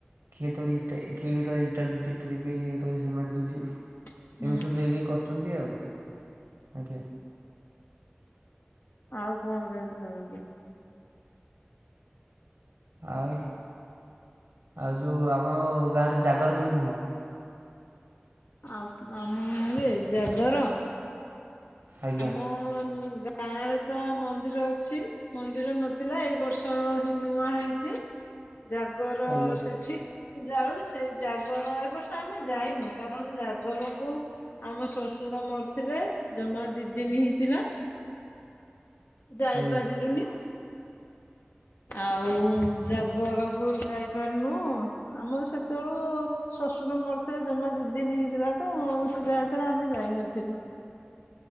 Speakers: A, on the right (about 85°); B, on the left (about 60°).
A: କିଏ କେତେଳେ ଇଟା କିଏ କେତବେଳେ ଇଟା ଦଉଚି ଟ୍ରିପିଏ କିଏ କେତେବେଳେ ସିମେଣ୍ଟ ଦଉଚି।
B: ହୁଁ
A: ଏମିତି ସବୁ ଦେଇ ଦେଇ କରୁଛନ୍ତି ଆଉ ଆଜ୍ଞା।
B: ଆଉ କଣ କେମିତି କରିନ୍ତି।
A: ଆଉ। ଆଉ ଯୋଉ ଆପଣଙ୍କ ଗାଁ ରେ ଜାଗର କେମିତି ହୁଏ?
B: ଆ ଆମ ଗାଁରେ ଜାଗର
A: ଆଜ୍ଞା
B: ଆମ ଗାଁ ରେ ତ ମନ୍ଦିର ଅଛି ମନ୍ଦିର ନଥିଲା ଏଇ ବର୍ଷ ହିଁ ନୂଆ ହେଇଛି
A: <inaudible>
B: ଜାଗର
A: ଆଜ୍ଞା
B: ସେଠି ଜାଳୁ ସେ ଜାଗର ଏ ବର୍ଷ ଆମେ ଯାଇନୁ କାରଣ ଜାଗରକୁ ଆମ ଶ୍ୱଶୁର ମରିଥିଲେ ଜମା ଦି ଦିନ ହେଇଥିଲା
A: <inaudible>
B: ଯାଇପାରିଲୁନି
A: ଆଜ୍ଞା
B: ଆଉ ଜାଗରକୁ ଯାଇ ପାରିନୁ ଆମର ସେତେବେଳକୁ ଶ୍ୱଶୁର ମରିଥିଲା ଜମା ଦି ଦିନ ହେଇଥିଲା ତ ଯାହା ସେତେବେଳେ ଆମେ ଯାଇନଥିଲୁ